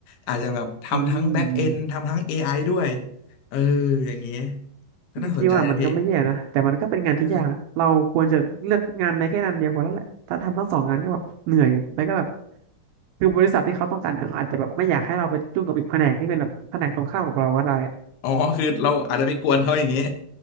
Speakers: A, on the left (about 80°); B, on the right (about 80°).
A: อาจจะแบบทำทั้ง
B: อื
A: back
B: ม
A: end ทำทั้ง AI ด้วยเอออย่างนี้ก็น่าสนใจนะพี่
B: พี่ว่ามันก็ไม่แย่นะแต่มันก็เป็นงานที่ยากนะเราควรจะเลือกงานในแค่งานเดียวพอแล้วแหละถ้าทำทั้งสองงานก็แบบเหนื่อยแล้วก็แบบ
A: เออ
B: คือบริษัทที่เขาต้องการอะเขาอาจจะแบบไม่อยากให้เราไปยุ่งกับอีกแผนกที่เป็นแบบแผนกตรงข้ามกับเราก็ได้อะ
A: อ๋อ คือเราอาจจะไปกวนเขาอย่างนี้